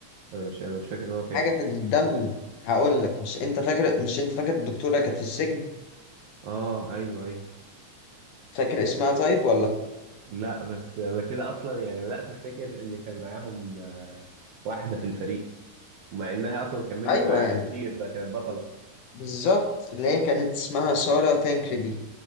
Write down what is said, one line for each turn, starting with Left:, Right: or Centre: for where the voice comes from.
Right: انا مش انا مش فاكر ان هو تعب
Left: حاجة في الدم هقول لك مش انت فاكر مش انت فاكر الدكتورة كانت في السجن
Right: اه ايوه ايوه
Left: فاكر اسمها طيب ولا
Right: لا بس انا كده اصلا يعني بدأت افتكر ان كان معاهم آه، واحدة في الفريق ومع انها اصلا كملت
Left: ايوه
Right: معاها
Left: يعني
Right: كتير ده كانت بطلة
Left: بالظبط اللي هي كانت اسمها سارة تانكريدي